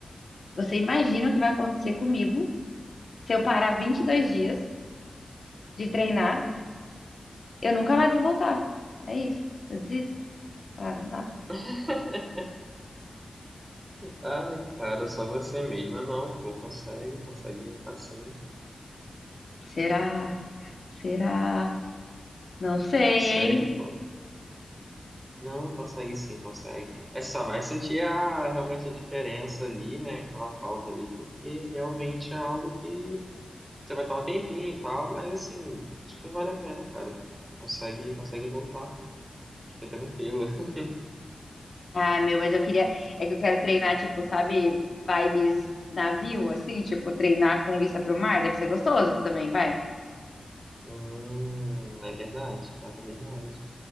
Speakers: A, on the left; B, on the right.
A: você imagina o que vai acontecer comigo se eu parar 22 dias de treinar, eu nunca mais vou voltar. É isso. Eu desisto. Ah, não dá.
B: <laughs> Ai, cara, só você mesma não, pô, consegue, consegue lutar sim.
A: Será? Será? Não sei,
B: Consegue,
A: hein?
B: pô. Não, consegue sim, consegue. É só vai sentir a, realmente a diferença ali, né? Aquela falta ali, porque realmente é algo que você vai estar um tempinho e tal, mas assim, super vale a pena, cara. Consegue, consegue voltar, fica tranquila. <laughs>
A: Ah, meu, mas eu queria. É que eu quero treinar, tipo, sabe, vibes navio, assim, tipo, treinar com vista pro mar, deve ser gostoso também, vai.
B: Hum, é verdade, cara, é verdade.